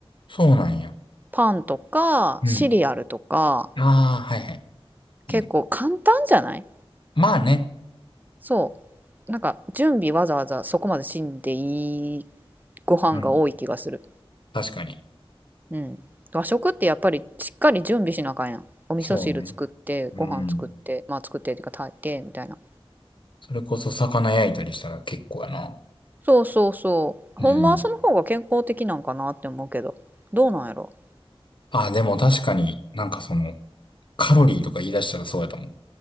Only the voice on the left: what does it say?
そうなんや。
うん。
あー、はいはい。いいね。
まあね。
うん。確かに。
そうね。うん。
それこそ魚焼いたりしたら結構やな。
うん。
あ、でも確かになんかその、カロリーとか言い出したらそうやと思う。